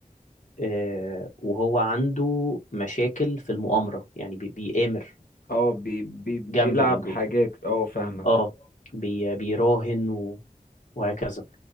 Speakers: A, on the left; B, on the left.
A: آه وهو عنده مشاكل في المؤامرة يعني بي- بيآمر
B: اه بي بي بيلعب
A: جامبلينج
B: حاجات
A: وكده
B: اه فاهمك
A: اه بي بيراهن و... وهكذا